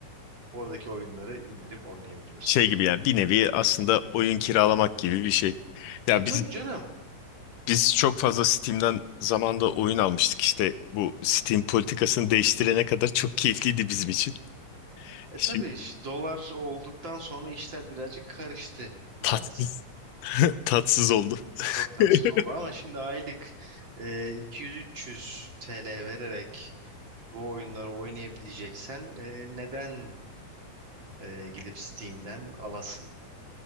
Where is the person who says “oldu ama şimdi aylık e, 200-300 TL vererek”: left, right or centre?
Right